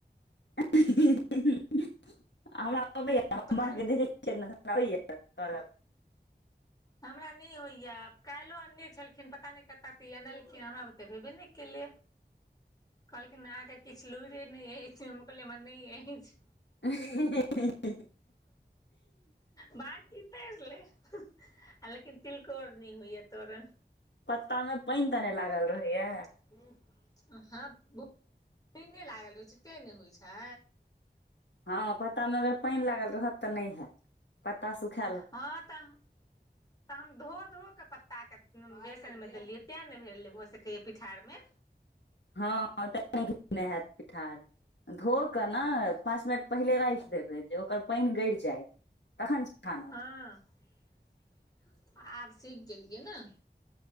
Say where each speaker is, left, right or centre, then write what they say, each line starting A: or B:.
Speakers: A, on the left; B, on the left.
A: <unintelligible> <unintelligible>
B: पता हमरा नहि होइया काल्हिो अनने छलखिन पता नहि कतऽ सँ ई अनलखिन हमरा बुते भेबे नहि केलै कहलखिन अहाँके किछु लुरे नहि अछि कहलिय हमरा नहि अछि
A: <unintelligible> <unintelligible>
B: बाकि तैर ले आ लेकिन तिलकोर नय होइए तरल
A: पत्ता मे पानि तरे लागल रहैया
B: <unintelligible> पेने लागल रहै छै ते ने होइ छै
A: हँ पता मे अगर पानि लागल रहत तऽ नहि हयैत पता सुखा
B: हँ तऽ तऽ हम धो धो के पत्ता के बेसन मे देलियै तें ने भेल भऽ सकया पिठार मे
A: हँ <unintelligible> पिठार धो कऽ न पाँच मिनट पहिले राइख देबै जे ओकर पाइन गड़ जाय <inaudible> तखन छानव
B: ह <unintelligible> आब सीख गेलियै न